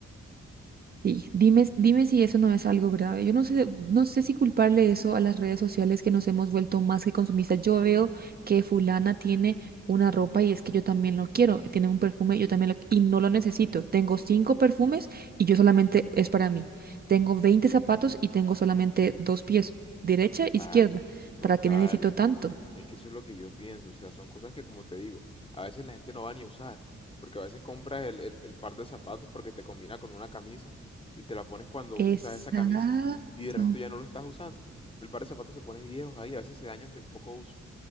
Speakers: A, on the right; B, on the left.
A: Sí, dime, dime si eso no es algo grave. Yo no sé, no sé si culparle eso a las redes sociales que nos hemos vuelto más que consumistas. Yo veo que fulana tiene una ropa y es que yo también lo quiero. Tiene un perfume, yo también lo y no lo necesito. Tengo cinco perfumes y yo solamente es para mí. Tengo 20 zapatos y tengo solamente dos pies, derecha
B: Total,
A: e izquierda.
B: total.
A: ¿Para qué necesito tanto?
B: Es que eso es lo que yo pienso, o sea, son cosas que como te digo, a veces la gente no va ni a usar, porque a veces compras el, el- el par de zapatos porque te combina con una camisa y te la pones cuando
A: Exacto,
B: usas esa camisa y de resto ya no lo estás usando. El par de zapatos se pone viejos ahí, a veces se dañan de poco uso.